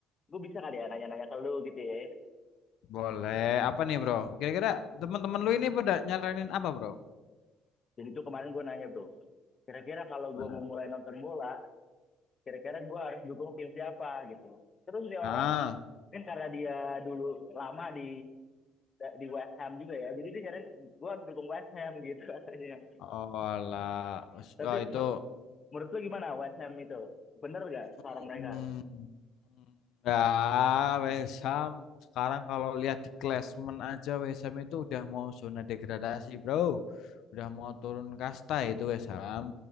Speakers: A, on the left; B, on the left.
A: gue bisa kali ya nanya-nanya ke lu gitu ya.
B: Boleh. Apa nih, Bro? Kira-kira teman-teman lu ini pada nyaranin apa, Bro?
A: Jadi tuh kemarin gue nanya bro, kira-kira kalau
B: Gimana?
A: gue mau mulai nonton bola, kira-kira gue harus dukung tim siapa gitu terus dia orang
B: Ah,
A: mungkin karena dia dulu lama di di West Ham juga ya jadi dia nyariin gue harus dukung West Ham <laughs> gitu katanya
B: oh, alah.
A: tapi
B: Oh, itu
A: menurut lu gimana West Ham itu bener gak
B: Hmm.
A: saran mereka
B: Ya, West Ham sekarang kalau lihat di klasemen aja West Ham itu udah mau zona degradasi, Bro. Udah mau turun kasta itu West Ham.